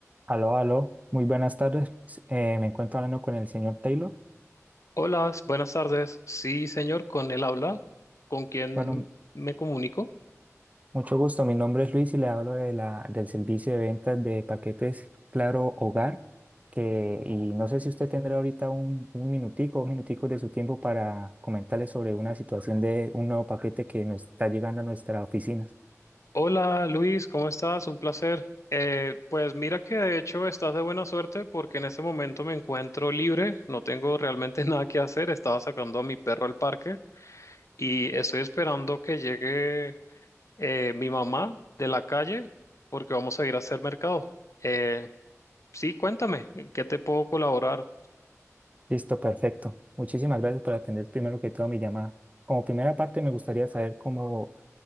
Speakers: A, on the right; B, on the left.
A: Aló, aló, muy buenas tardes. Pues, Eh, me encuentro hablando con el señor Taylor.
B: Hola, buenas tardes. Sí, señor, con él habla. ¿Con quién
A: Bueno,
B: me comunico?
A: mucho gusto. Mi nombre es Luis y le hablo de la, del servicio de ventas de paquetes Claro Hogar. Que, y no sé si usted tendrá ahorita un, un minutico, dos minuticos de su tiempo para comentarle sobre una situación de un nuevo paquete que nos está llegando a nuestra oficina.
B: Hola, Luis, ¿cómo estás? Un placer. Eh, pues mira que de hecho estás de buena suerte porque en este momento me encuentro libre, no tengo realmente <laughs> nada que hacer. Estaba sacando a mi perro al parque y estoy esperando que llegue eh, mi mamá de la calle porque vamos a ir a hacer mercado. Eh, sí, cuéntame, ¿en ¿qué te puedo colaborar?
A: Listo, perfecto. Muchísimas gracias por atender primero que todo mi llamada. Como primera parte, me gustaría saber cómo